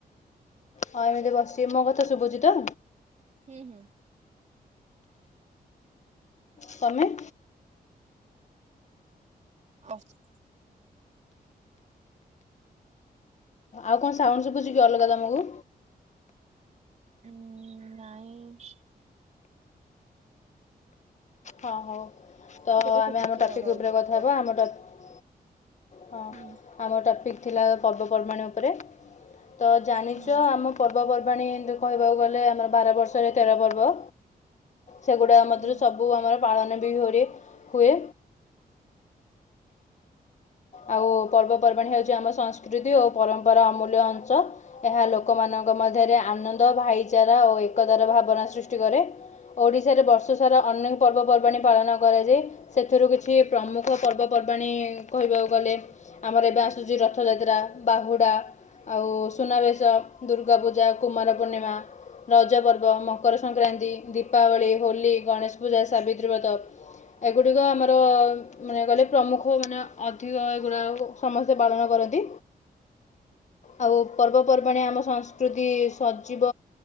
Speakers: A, on the left; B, on the right.
A: ହଁ ଏମିତି ବସିିବ ମୋ କଥା ଶୁଭୁଛି ତ!
B: ହଁ ହଁ।
A: ତମେ?
B: ଵସଛି।
A: ଆଉ କଣ ସାଉଣ୍ଡ ଶୁଭୁଛି କି ଅଲଗା ତମକୁ?
B: ହୁଁ ନାଇଁ।
A: ହଁ ହଉ ତ
B: ଟିକେ ଟିକେ
A: ଆମେ
B: ଶୁଭୁଛି
A: ଆମ ଟପିକ
B: ଆଉ ଚଳିବ
A: ଉପରେ କଥା
B: କୁହ।
A: ହବା ଆମ ଟପିକ ହଁ
B: ହୁଁ
A: ଆମ ଟପିକ୍ ଥିଲା ପର୍ବପର୍ବାଣ ଉପରେ ତ ଜାଣିଛ
B: ହୁଁ
A: ଆମ ପର୍ବପର୍ ପର୍ବାଣୀ କହିବାକୁ ଗଲେ ଆମର ବାର ବର୍ଷରେ ତେର ପର୍ବ ସେଗୁଡ଼ା ମଧ୍ୟରୁ
B: ହୁଁ
A: ସବ୍ ପାଳନ ବିହୁରେ ହୁଏ ଆଉ ପର୍ବପର୍ବାଣି ହଉଛି ଆମ ସଂସ୍କୃତି ଓ ପରମ୍ପରା ଅମୂଲ୍ୟ ଅଂଶ। ଏହା ଲୋକମାନଙ୍କ ମଧ୍ୟରେ ଆନନ୍ଦ ଭାଇଚାରା ଓ ଏକତାର ଭାବନା ସୃଷ୍ଟି କରେ ଓଡିଶାରେ ବର୍ଷ ସାରା ଅନେକ ପର୍ବପର୍ବାଣି ପାଳନ କରାଯାଏ, ସେଥିରୁ କିଛି ପ୍ରମୁଖ ପର୍ବ ପର୍ ପର୍ବାଣୀ କହିବାକୁ ଗଲେ ଆମର ଏବେ ଆସୁଛି ରଥଯାତ୍ରା ବାହୁଡ଼ା ଆଉ ସୁନାବେଶ ଦୁର୍ଗା ପୂଜା କୁମାର ପୂର୍ଣ୍ଣିମା ରଜ ପର୍ବ ମକର ସଂକ୍ରାନ୍ତି ଦୀପାବଳି ହୋଲି ଗଣେଶ ପୂଜା ସାବିତ୍ରୀ ବ୍ରତ ଏଗୁଡିକ ଆମର ମାନେ ଗଲେ ପ୍ରମୁଖ ମାନେ ଅଧିକ ଏଗୁଡ଼ାକ ସମସ୍ତେ ପାଳନ କରନ୍ତି। ଆଉ ପର୍ବପର୍ବାଣି ଆମ ସଂସ୍କୃତି ସଜିବ